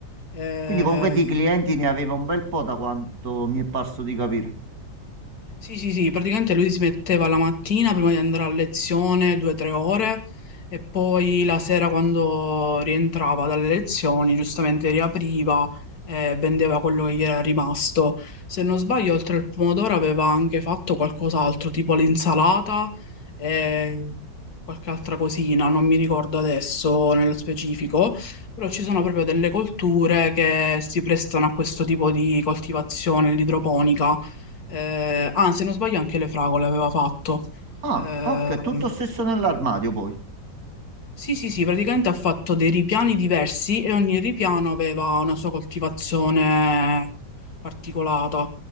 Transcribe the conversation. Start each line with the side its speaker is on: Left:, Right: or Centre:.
Left: Eh,
Right: Quindi comunque di clienti ne aveva un bel po' da quanto mi è parso di capire.
Left: Sì, sì, sì, praticamente lui si metteva la mattina prima di andare a lezione due o tre ore e poi la sera quando rientrava dalle lezioni giustamente riapriva e vendeva quello che gli era rimasto. Se non sbaglio, oltre al pomodoro aveva anche fatto qualcos'altro, tipo l'insalata e qualche altra cosina, non mi ricordo adesso nello specifico, però ci sono proprio delle colture che si prestano a questo tipo di coltivazione, l'idroponica eh, ah, se non sbaglio anche le fragole aveva fatto.
Right: Ah,
Left: Eh,
Right: ok, tutto stesso nell'armadio poi.
Left: sì, sì, sì, praticamente ha fatto dei ripiani diversi e ogni ripiano aveva una sua coltivazione particolata.